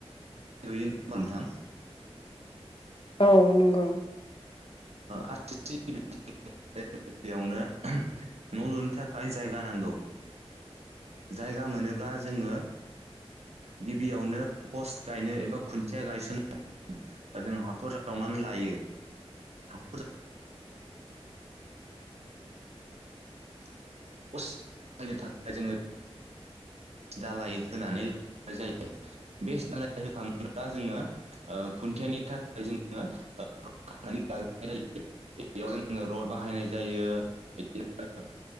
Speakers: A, on the right; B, on the left.
A: लुयो हा नोंथां
B: औ नंगौ
A: <unintelligible> <unintelligible> गिबियावनो न' लुनो थाखाय जायगा नांगौ जायगा मोनोब्ला जोङो गिबियावनो पस्ट गायनो एबा खुन्थिया गायसननो जों हाखर जावनानै लायो
B: <inaudible>
A: हाखर <unintelligible> प्सट बहायनो थाखाय जोङो दालाय होनानै लानाय जायो बेस् दालाय होखाङोब्ला जोङो खुन्थियानि थाखाय जोङो <unintelligible> बेयाव जोङो रड बाहायनाय जायो बिदिनो